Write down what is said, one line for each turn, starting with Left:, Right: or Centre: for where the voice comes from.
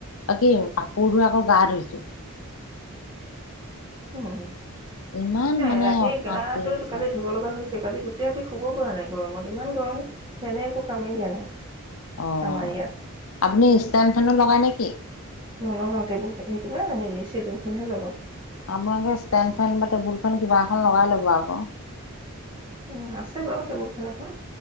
Left: অ', কি কাপোৰ ধুই আকৌ গা ধুইছো।
Right: উম,
Left: ইমান
Right: এ,
Left: মানে
Right: ৰাতি
Left: অশান্তি
Right: গাটো
Left: হৈছে
Right: কালি ধুব লগা হৈছে কালি গোট তে ৰাতি শুব পৰা নাই গৰমত, ইমান গৰম ফেনে একো কামেই দিয়া নাই।
Left: অ',
Right: আমাৰ ইয়াত
Left: আপুনি ষ্টেণ্ড ফেনো লগায় নে কি?
Right: নলগাওঁ টেবুল ফে কি কয় হে চিলিং ফেনহে লগাওঁ।
Left: আপোনালোকে ষ্টেণ্ড ফেন বা টেবুল ফেন কিবা এখন লগাই ল'ব আকৌ।
Right: উম, আছে বাৰু টেবুল ফেন এখন।